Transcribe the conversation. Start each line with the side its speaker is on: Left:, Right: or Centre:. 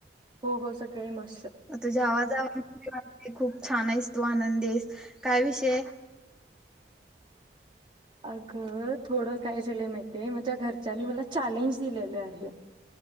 Right: हो हो सगळे मस्त.
Centre: तुझ्या आवाजा खूप छान आहेस तू आनंदी, काय विषय?
Right: अगं थोडं काय झालंय माहितेय माझ्या घरच्यांनी मला चॅलेंज दिलेले आहे.